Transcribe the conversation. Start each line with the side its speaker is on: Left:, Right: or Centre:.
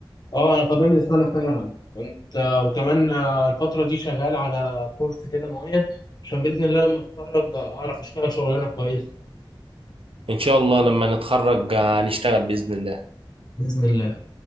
Left: اه انا فاضل لي سنه فعلا انت وكمان آه، الفتره دي شغال على كورس كده معين عشان باذن الله لما اتخرج اعرف اشتغل شغلانه كويسه
Right: ان شاء الله لما نتخرج آه، هنشتغل باذن الله
Left: باذن الله